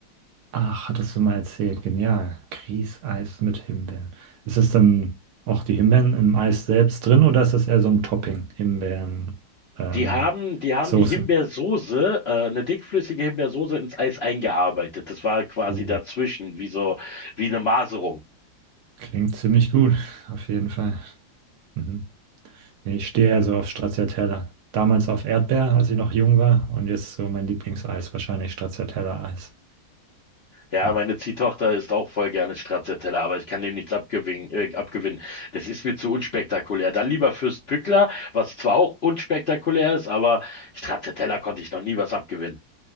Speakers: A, on the right; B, on the left.
A: Ach, hattest du mal erzählt. Genial. Grießeis mit Himbeeren. Ist das dann auch die Himbeeren im Eis selbst drin oder ist das eher so ein Topping? Himbeeren, ähm,
B: Die haben, die haben
A: Soße.
B: die Himbeersoße, äh, eine dickflüssige Himbeersoße ins Eis eingearbeitet. Das war quasi
A: Uh,
B: dazwischen, wie so, wie eine Maserung.
A: klingt ziemlich gut, <laughs> auf jeden Fall. Mhm. Nee, ich stehe eher so auf Stracciatella. Damals auf Erdbeer, als ich noch jung war und jetzt so mein Lieblingseis, wahrscheinlich Stracciatella-Eis.
B: Ja,
A: Ja.
B: meine Ziehtochter isst auch voll gerne Stracciatella, aber ich kann dem nichts abgewinnen, äh, abgewinnen. Das ist mir zu unspektakulär. Dann lieber Fürst Pückler, was zwar auch unspektakulär ist, aber Stracciatella konnte ich noch nie was abgewinnen.